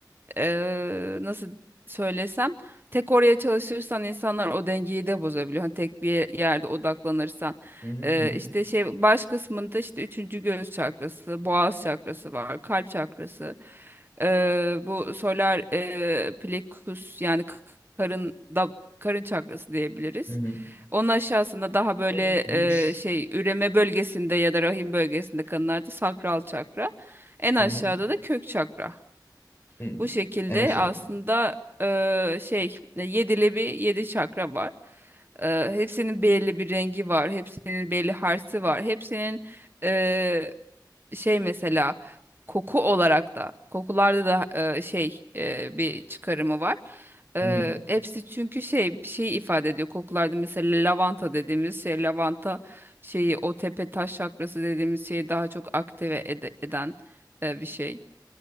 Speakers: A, on the right; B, on the left.
A: eee, nasıl söylesem tek oraya çalışırsan insanlar o dengeyi de bozabiliyor. Hani tek bir yerde odaklanırsan
B: Hı hı
A: Eee,
B: hı hı.
A: işte şey baş kısmında işte üçüncü göğüs çakrası, boğaz çakrası var, kalp çakrası. Eee, bu solar eee plexus yani k- karın da karın çakrası diyebiliriz.
B: Hı hı.
A: Onun aşağısında daha böyle
B: Kök, güç.
A: eee, şey üreme bölgesinde ya da rahim bölgesinde kadınlarda sakral çakra. En aşağıda
B: Hı hı.
A: da kök çakra.
B: Hı.
A: Bu şekilde
B: En aşağı.
A: aslında eee, şey e, yedili bir yedi çakra var. Eee, hepsinin belli bir rengi var. Hepsinin belli harsi var. Hepsinin eee, şey mesela koku olarak da kokularda da eee, şey eee, bir çıkarımı var. Eee,
B: Hı hı.
A: hepsi çünkü şey bir şey ifade ediyor. Kokularda mesela lavanta dediğimiz şey lavanta şeyi o tepe taş çakrası dediğimiz şeyi daha çok aktive ede- eden eee, bir şey.